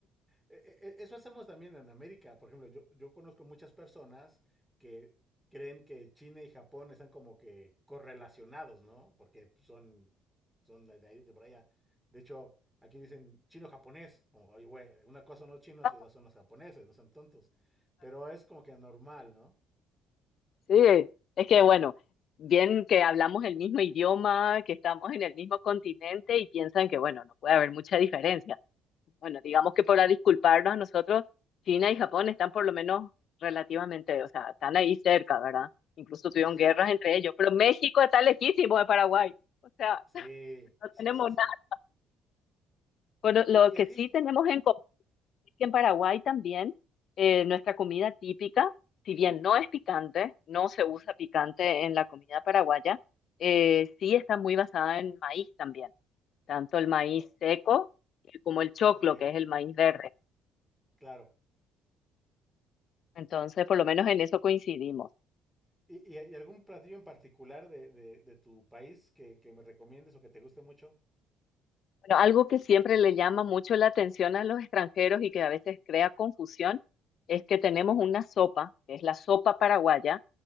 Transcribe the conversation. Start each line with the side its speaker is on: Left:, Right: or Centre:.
Centre: E- e- Eso hacemos también en América. Por ejemplo, yo, yo conozco muchas personas que creen que China y Japón están como que correlacionados, ¿no? Porque son, son de, de ahí- de por allá. De hecho, aquí dicen chino-japonés. Como, oye, güey, una cosa son los chinos
Left: <laughs>
Centre: y otra son los japoneses, no son tontos. Pero es como que normal, ¿no?
Left: Sí, es que bueno, bien que hablamos el mismo idioma, que estamos en el mismo continente y piensan que bueno, no puede haber mucha diferencia. Bueno, digamos que para disculparnos a nosotros, China y Japón están por lo menos relativamente, o sea, están ahí cerca, ¿verdad? Incluso tuvieron
Centre: Ya estamos-
Left: guerras
Centre: eh,
Left: entre ellos, pero México está lejísimo de Paraguay. O sea,
Centre: sí,
Left: <laughs> no
Centre: sí,
Left: tenemos
Centre: sí, sí.
Left: nada.
Centre: sí.
Left: Pero
Centre: ¿Y,
Left: lo que
Centre: y a ti?
Left: sí tenemos en común es que en Paraguay también eh, nuestra comida típica, si bien no es picante, no se usa picante en la comida paraguaya, eh, sí está muy basada en maíz también, tanto el maíz
Centre: O-
Left: seco eh, como el choclo,
Centre: ok,
Left: que es el maíz verde.
Centre: claro.
Left: Entonces, por lo menos en eso coincidimos.
Centre: ¿Y, y- y algún platillo en particular de, de- de tu país que, que me recomiendes o que te guste mucho?
Left: Bueno, algo que siempre le llama mucho la atención a los extranjeros y que a veces crea confusión es que tenemos una sopa, que es la sopa paraguaya